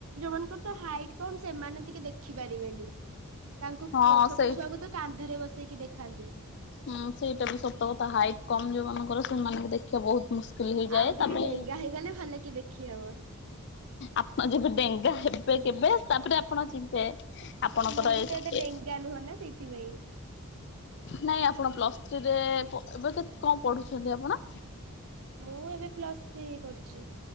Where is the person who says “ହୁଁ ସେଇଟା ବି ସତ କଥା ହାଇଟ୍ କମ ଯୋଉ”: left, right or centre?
Left